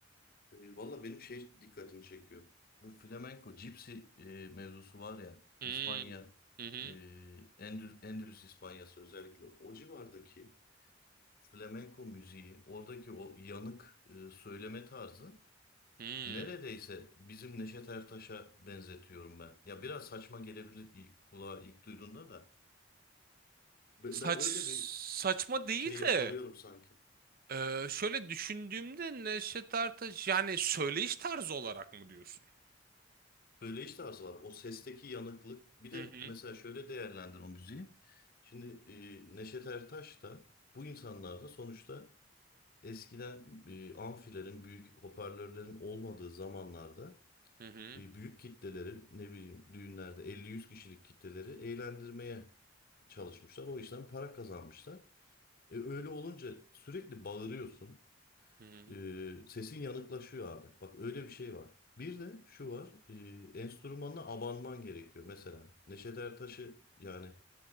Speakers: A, on the left (about 50°); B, on the right (about 50°).
A: E, Valla benim şey dikkatimi çekiyor. Bu flamenco, cipsi e, mevzusu var ya,
B: Hmm.
A: İspanya,
B: Hı hı.
A: e, Endül- Endülüs İspanyası özellikle o civardaki flamenco müziği, oradaki o yanık e, söyleme tarzı
B: Hmm.
A: neredeyse bizim Neşet Ertaş'a benzetiyorum ben. Ya biraz saçma gelebilir ilk kulağa ilk duyduğunda da. Be-
B: Saç
A: Ben öyle bir
B: saçma değil
A: şey yakalıyorum
B: de
A: sanki.
B: Ee, şöyle düşündüğümde Neşet Ertaş yani söyleyiş tarzı olarak mı diyorsun?
A: Söyleyiş tarzı var. O sesteki yanıklık. Bir de
B: Hı hı.
A: mesela şöyle değerlendir o müziği. Şimdi e, Neşet Ertaş da bu insanlar da sonuçta eskiden e, amfilerin, büyük hoparlörlerin olmadığı zamanlarda
B: Hı hı.
A: e, büyük kitleleri ne bileyim düğünlerde 50-100 kişilik kitleleri eğlendirmeye çalışmışlar. O işten para kazanmışlar. E, öyle olunca sürekli bağırıyorsun.
B: Hı hı.
A: Ee, sesin yanıklaşıyor abi. Bak öyle bir şey var. Bir de şu var. E, enstrümanına abanman gerekiyor. Mesela Neşet Ertaş'ı yani